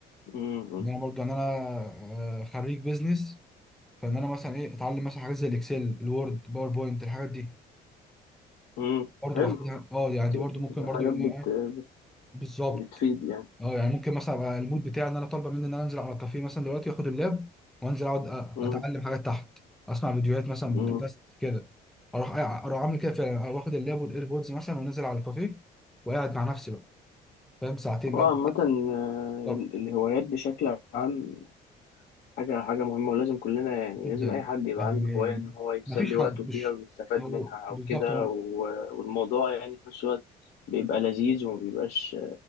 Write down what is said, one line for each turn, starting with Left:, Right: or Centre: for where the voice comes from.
Left: مم. مم.
Centre: ان انا برضو ان انا آه، خريج بيزنس فان انا مثلا ايه اتعلم مثلا حاجات زي الاكسل الوورد باوربوينت الحاجات دي
Left: مم.
Centre: برضو
Left: حلو
Centre: واخدها اه يعني
Left: بت-
Centre: دي برضو
Left: بتبقى
Centre: ممكن برضو
Left: حاجات
Centre: ايه
Left: بت...
Centre: إيه،
Left: بت-
Centre: بالظبط
Left: بتفيد يعني
Centre: اه يعني ممكن مثلا ابقى المود بتاعي ان انا طالبه مني ان انا انزل على الكافيه مثلا دلوقتي واخد اللاب وانزل اقعد أ-
Left: مم.
Centre: اتعلم حاجات تحت اسمع فيديوهات مثلا
Left: مم.
Centre: بودكاست كده اروح اروح اعمل كده فعلا أروح واخد اللاب والايربودز مثلا ونازل على الكافيه وقاعد مع نفسي بقى فاهم ساعتين
Left: وعامة
Centre: بقى
Left: آه،
Centre: بالظبط
Left: ال- الهوايات بشكل عام حاجة حاجة مهمة ولازم كلنا يعني
Centre: جدا
Left: لازم أي حد يبقى
Centre: يعني
Left: عنده هواية إن هو يسلي
Centre: مفيش
Left: وقته
Centre: حد
Left: فيها
Centre: مش
Left: ويستفاد
Centre: هو
Left: منها أو
Centre: بالظبط
Left: كده
Centre: هو
Left: و- والموضوع يعني في نفس الوقت بيبقى لذيذ وما بيبقاش